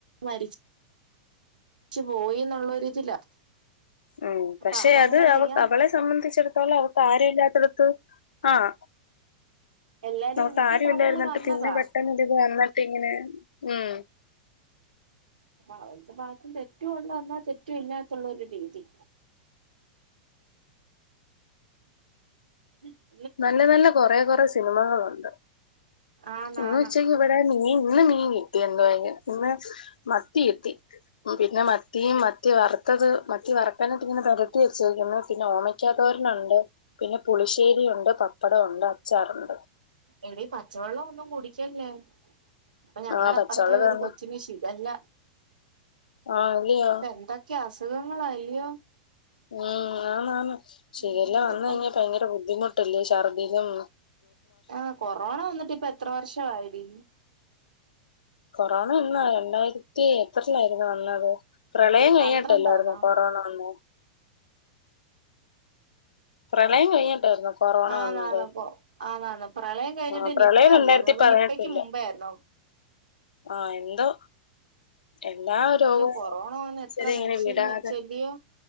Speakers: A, on the right; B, on the left.
A: മരിച് ച്ച്പോയി എന്നുള്ളൊരിതിലാ
B: ഉം
A: അപ്പൊ
B: പക്ഷെ
A: അവനങ്ങനെ
B: അത്
A: ചെയ്യാം
B: അവ അവളെ സംബന്ധിച്ചിടത്തോളം അവക്ക് ആരൂല്ലാത്തടുത്ത്‌ ആഹ്
A: എല്ലാരും
B: നോക്കാൻ
A: വിട്ടിട്ട്
B: ആരും ഇല്ലായിരുന്നിട്ട്
A: അവള് വന്നതാ
B: പിന്നെ പെട്ടെന്ന് ഇതില് വന്നിട്ട് ഇങ്ങനെ ഉം
A: ഭാ വെച്ച വാക്ക് തെറ്റൂഒണ്ട് എന്നാ തെറ്റു ഇല്ലാത്തൊള്ളൊരു രീതി ഈഹ്
B: നല്ല നല്ല കൊറെ കൊറെ സിനിമകളൊണ്ട്
A: ആന്നാന്ന്
B: ഇന്നുച്ചക് വിടെ മീ ഇന്ന് മീൻ കിട്ടിയെന്തായാലും ഇന്ന് മത്തി കിട്ടി. മ് പിന്നെ മത്തീയും മത്തി വറ്ത്തത് മത്തിവറക്കാനായിട്ട് ഇങ്ങനെ പെരട്ടി വെച്ചേക്ക്ന്ന് പിന്നെ ഓമെൻ ക്യാതോരനൊണ്ട് പിന്നെ പുളിശ്ശേരി ഒണ്ട്, പപ്പടംഒണ്ട്, അച്ചാറൊണ്ട്.
A: എടീ പച്ച വെളോന്നും കുടിക്കല്ലേ. ഇപ്പൊ ഞങ്ങടെ
B: ആ പച്ചവള
A: അപ്പർത്ത് ഒരു
B: തന്നെ
A: കൊച്ചിന് ഷിഗല്ല
B: ആ ഇല്ലയോ
A: ഇപന്ത ക്കെ അസുഖങ്ങളാല്യോ?
B: ഉം ആന്ന് ആന്ന് ശിഖല്ല
A: ഉം
B: വന്ന്
A: ഇപ്പം
B: കയ്ഞ്ഞാ ഭയങ്കര ബുദ്ധിമുട്ടല്ലേ ഛർദ്ദിലും
A: ആ കൊറോണ വന്നിട്ട് ഇപ്പ എത്ര വർഷം ആയെടീ?
B: കൊറോണ എന്നാ രണ്ടായിരത്തി എത്രയിലായിരുന്നു വന്നത്. പ്രളയം
A: ഈ
B: കഴിഞ്ഞിട്ടല്ലായിരുന്നോ
A: പന്ത്രണ്ടാന്നോ
B: കൊറോണ വന്നെ? പ്രളയം കഴിഞ്ഞിട്ടായിരുന്നു കൊറോണ
A: ആന്നാളെ
B: വന്നത്
A: പോവും ആ ന്നാളെ പ്രളയം കഴിഞ്ഞിട്ട്
B: ആഹ് പ്രളയം
A: നിപ്പ
B: രണ്ടായിരത്തി
A: അല്ലായിരുന്നോ അതോ
B: പതിനെട്ടില്
A: നിപ്പ ക്ക് മുബെആയിരുന്നോ
B: ആഹ് എന്തോ എല്ലാ രോഗവും
A: അയ്യോ കൊറോണ വന്ന് എത്ര
B: ശരി ഇങ്ങനെ
A: മനുഷ്യര്
B: വിടാതെ
A: മരിച്ചല്ലയോ